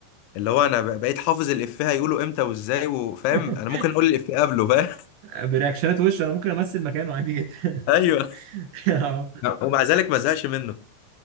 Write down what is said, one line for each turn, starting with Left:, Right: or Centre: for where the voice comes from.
Left: اللي هو انا ب- بقيت حافظ الافيه هيقوله امتى وازاي وفاهم
Right: <laughs>
Left: انا ممكن اقول الافيه قبله فاهم
Right: برياكشنات وش أنا ممكن أمثل مكانه عادي جدا
Left: <laughs> ايوه
Right: <laughs> اه
Left: ومع ذلك ما زهقش منه